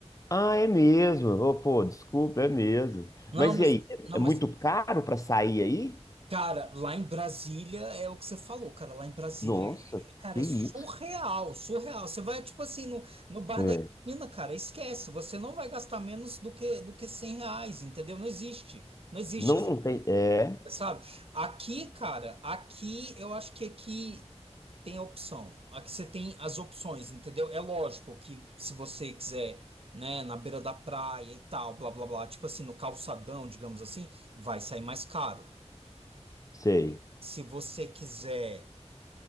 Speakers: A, on the left (about 30°); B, on the right (about 55°).
A: Ah, é mesmo? Ô, pô, desculpa, é mesmo.
B: Não,
A: Mas
B: mas,
A: e aí, é
B: não,
A: é muito
B: mas,
A: caro para sair aí?
B: cara, lá em Brasília é o que você falou, cara. Lá em Brasília,
A: Nossa,
B: cara,
A: que
B: é
A: isso?
B: surreal, surreal. Você vai, tipo assim, no, no bar
A: É.
B: da esquina, cara, esquece. Você não vai gastar menos do que, do que 100 reais, entendeu? Não existe. Não existe.
A: Não, não tem. É,
B: Sabe? Aqui, cara, aqui eu acho que aqui tem a opção. Aqui você tem as opções, entendeu? É lógico que se você quiser, né, na beira da praia e tal, blá blá blá, tipo assim, no calçadão, digamos assim, vai sair mais caro.
A: sei.
B: Se você quiser,